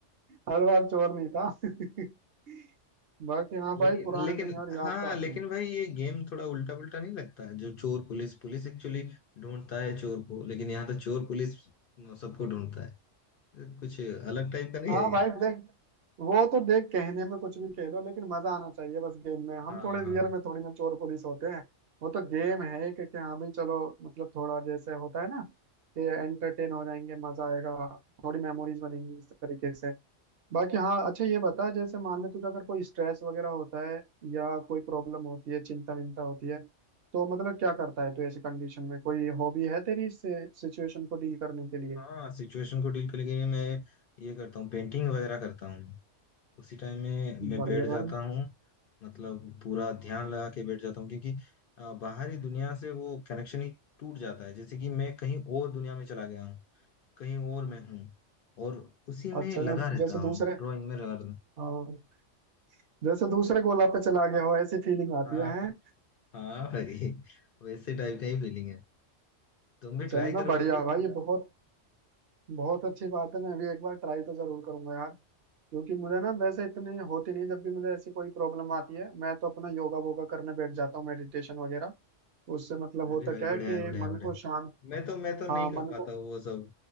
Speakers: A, on the right; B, on the left.
A: हर बार चोर नहीं था <laughs> बाकी हाँ
B: लेकिन
A: भाई पुराने
B: लेकिन
A: दिन यार याद
B: हाँ
A: तो आते
B: लेकिन
A: हैं
B: भाई ये गेम थोड़ा उल्टा पुल्टा नहीं लगता है जो चोर पुलिस पुलिस एक्चुअली ढूंढता है चोर को लेकिन यहाँ तो चोर पुलिस सबको ढूंढता है कुछ अलग टाइप का नहीं
A: हाँ
B: है ये
A: भाई देख वो तो देख कहने में कुछ भी कह लो लेकिन मजा आना चाहिए बस गेम में हम
B: हाँ
A: थोड़े
B: हाँ
A: रियल में थोड़ी ना चोर पुलिस होते हैं वो तो गेम है एक कि हाँ भाई चलो मतलब थोड़ा जैसे होता है ना कि एंटरटेन हो जाएंगे मजा आएगा थोड़ी मेमोरीज बनेंगी इस तरीके से बाकी हाँ अच्छा ये बता जैसे मान ले तुझे अगर कोई स्ट्रेस वगैरह होता है या कोई प्रॉब्लम होती है चिंता विंता होती है तो मतलब क्या करता है तू ऐसी कंडीशन में कोई हॉबी है तेरी इस सिचुएशन को डील करने के लिए
B: हाँ सिचुएशन को डील करने के लिए मैं ये करता हूँ पेंटिंग वगैरह करता हूँ उसी टाइम में मैं
A: बढ़िया
B: बैठ
A: भाई
B: जाता हूँ मतलब पूरा ध्यान लगा के बैठ जाता हूँ क्योंकि अ, बाहरी दुनिया से वो कनेक्शन ही टूट जाता है जैसे कि मैं कहीं और दुनिया में चला गया हूँ कहीं और मैं हूँ और उसी में
A: अच्छा
B: लगा रहता
A: जैसे
B: हूँ
A: दूसरे
B: ड्राइंग में लगा रहता
A: हाँ जैसे दूसरे गोला पे चला गया हो ऐसी फीलिंग
B: हूँ।
A: आती
B: हाँ
A: है हैं?
B: हाँ हाँ भाई वैसे टाइप का ही फीलिंग है
A: <laughs>
B: तुम भी ट्राई
A: चलना
B: करो
A: बढ़िया
B: कभी
A: भाई ये बहुत बहुत अच्छी बात है मैं भी एक बार ट्राई तो जरूर करूंगा यार क्योंकि मुझे ना वैसे इतनी होती नहीं जब भी मुझे ऐसी कोई प्रॉब्लम आती है मैं तो अपना योगा वोगा करने बैठ जाता हूँ मेडिटेशन वगैरह उससे मतलब
B: अरे
A: होता
B: भाई
A: क्या
B: बढ़िया
A: है कि
B: है बढ़िया
A: मन
B: है बढ़िया
A: को
B: है।
A: शांत
B: मैं तो मैं तो नहीं
A: हाँ
B: कर
A: मन
B: पाता
A: को
B: हूँ वो सब